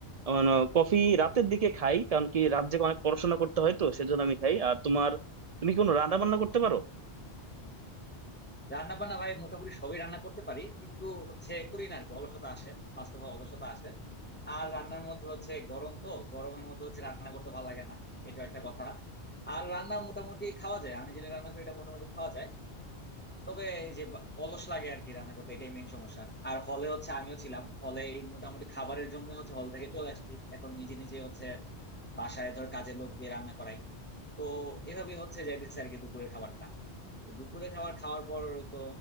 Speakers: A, on the right; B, on the left.
A: মানে কফি রাতের দিকে খাই কারণ কি রাত জেগে অনেক পড়াশোনা করতে হয় তো সেজন্য আমি খাই আর তোমার তুমি কি কোনো রান্না বান্না করতে পারো
B: রান্না বান্না ভাই মোটামুটি সবই রান্না করতে পারি কিন্তু হচ্ছে করি না আর কি অলসতা আসে ফার্স্ট অফ অল অলসতা আসে আর রান্নার মধ্যে হচ্ছে গরম তো গরমের মধ্যে হচ্ছে রান্না করতে ভালো লাগে না এটা একটা কথা আর রান্না মোটামুটি খাওয়া যায় আমি যেটা রান্না করি এটা মোটামুটি খাওয়া যায় তবে এই যে বা- অলস লাগে আর কি রান্না করতে এটাই মেইন সমস্যা আর হলে হচ্ছে আমিও ছিলাম হলে মোটামুটি খাবারের জন্য হচ্ছে হল থেকে চলে আসছি এখন নিজে নিজে হচ্ছে বাসায় ধর কাজের লোক দিয়ে রান্না করাই তো এভাবেই হচ্ছে যাইতেছে আর কি দুপুরের খাবারটা তো দুপুরে খাবার খাওয়ার পর তো